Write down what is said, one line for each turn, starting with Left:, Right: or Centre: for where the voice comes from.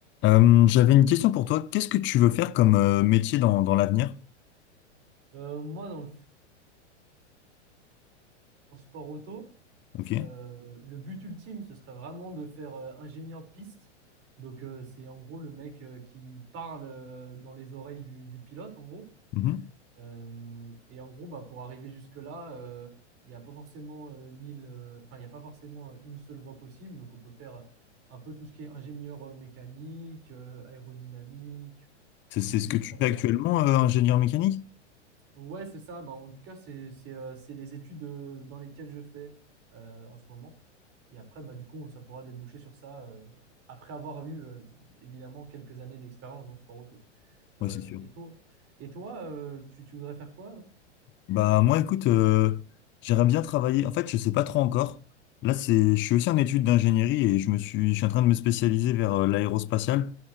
Left: Euh, j'avais une question pour toi. Qu'est-ce que tu veux faire comme euh, métier dans, dans l'avenir?
Right: Euh, moi, dans le, f- dans le sport auto,
Left: Ok.
Right: euh, le but ultime, ce serait vraiment de faire euh, ingénieur de piste. Donc, euh, c'est en gros le mec euh, qui parle euh, dans les oreilles du, du pilote, en gros.
Left: Mhm.
Right: Euh, et en gros, bah, pour arriver jusque-là, euh, il n'y a pas forcément euh, mille, euh, enfin, il n'y a pas forcément euh, une seule voie possible. Donc, on peut faire euh, un peu tout ce qui est ingénieur euh, mécanique, euh, aérodynamique
Left: C'est,
Right: ou
Left: c'est
Right: des
Left: ce
Right: choses
Left: que tu
Right: comme
Left: fais actuellement,
Right: ça.
Left: euh, ingénieur mécanique?
Right: Ouais, c'est ça. Bah, en tout cas, c'est c'est, euh, c'est les études euh, dans lesquelles je fais euh, en ce moment. Et après, bah, du coup, ça pourra déboucher sur ça euh, après avoir eu euh, évidemment quelques années d'expérience dans le sport auto. Euh,
Left: Ouais, c'est sûr.
Right: et toi, et toi euh, tu, tu voudrais faire quoi?
Left: Bah moi, écoute, euh, j'aimerais bien travailler. En fait, je sais pas trop encore. Là, c'est, je suis aussi en études d'ingénierie et je me suis, je suis en train de me spécialiser vers euh, l'aérospatiale.